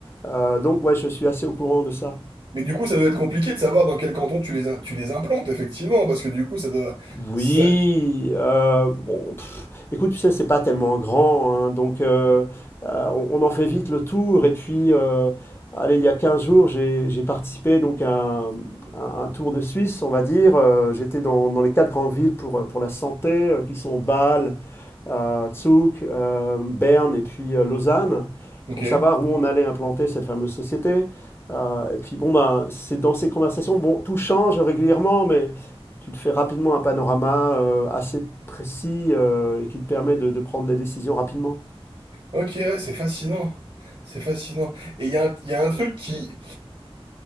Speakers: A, on the left (about 25°); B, on the right (about 60°).
A: Euh, donc ouais, je suis assez au courant de ça.
B: Mais du coup, ça doit être compliqué de savoir dans quel canton tu les, in- tu les implantes, effectivement, parce que du coup, ça doit...
A: Oui,
B: ça-
A: euh, bon, pff, écoute, tu sais, c'est pas tellement grand, hein, donc euh, euh, on, on en fait vite le tour. Et puis, euh, allez, il y a 15 jours, j'ai j'ai participé donc à un, à un tour de Suisse, on va dire. Euh, j'étais dans, dans les quatre grandes villes pour, euh, pour la santé, euh, qui sont Bâle, à Zug, euh, Berne et puis euh, Lausanne
B: Ok.
A: pour savoir où on allait implanter cette fameuse société. Euh, et puis bon, ben, c'est dans ces conversations, bon, tout change régulièrement, mais tu te fais rapidement un panorama euh, assez précis euh, et qui te permet de, de prendre des décisions rapidement.
B: Ok, ouais, c'est fascinant. C'est fascinant. Et il y a un, il y a un truc qui,